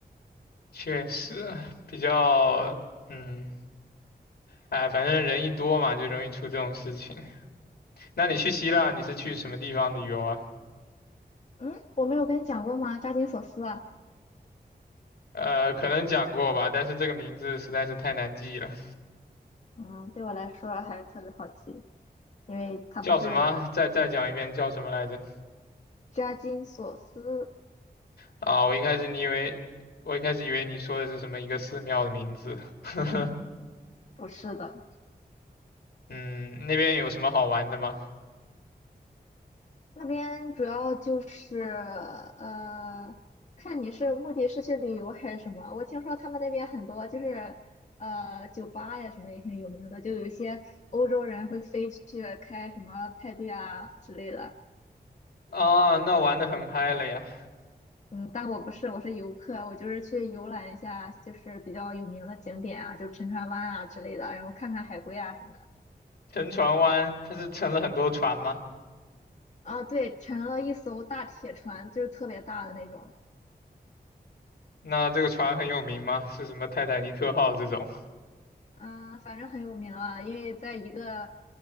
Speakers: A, on the left (about 80°); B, on the left (about 45°).
A: 确实，比较，嗯，哎，反正人一多嘛，就容易出这种事情。那你去希腊，
B: 对，
A: 你是去什么地方旅游啊？
B: 嗯，我没有跟你讲过吗？扎金索斯啊，
A: 呃，可能讲过吧，但是这个名字实在是太难记了，
B: 嗯，对我来说还是特别好奇，因为他不是
A: 叫什么？再再讲一遍，叫什么来着？
B: 扎金索斯
A: 啊，我一开始你以为，我一开始以为你说的是什么一个寺庙的名字，<laughs>
B: 不是的。
A: 嗯，那边有什么好玩的吗？
B: 那边主要就是呃，看你是目的是去旅游还是什么。我听说他们那边很多就是呃酒吧呀什么也挺有名的，就有一些欧洲人会飞去开什么派对啊之类的。
A: 啊，那玩的很嗨了呀，
B: 嗯，但我不是，我是游客，我就是去游览一下，就是比较有名的景点啊，就沉船湾啊之类的，然后看看海龟啊什么的。
A: 沉船湾，它是沉了很多船吗？
B: 啊，对，乘了一艘大铁船，就是特别大的那种。
A: 那这个船很有名吗？是什么泰坦尼克号这种？
B: 嗯，反正很有名啊，因为在一个